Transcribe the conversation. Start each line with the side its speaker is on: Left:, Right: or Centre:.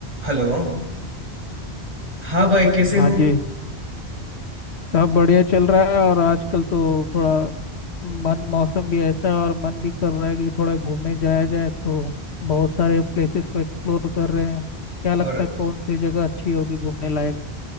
Right: हेलो हाँ भाई कैसे
Left: हाँ
Right: हो
Left: जी सब बढ़िया चल रहा है और आजकल तो थोड़ा मन मौसम भी ऐसा है और मन भी कर रहा है कि थोड़ा घूमने जाया जाए तो बहुत सारे प्लेसेस को एक्सप्लोर कर रहे हैं क्या लगता
Right: और
Left: है कौन सी जगह अच्छी होगी घूमने लायक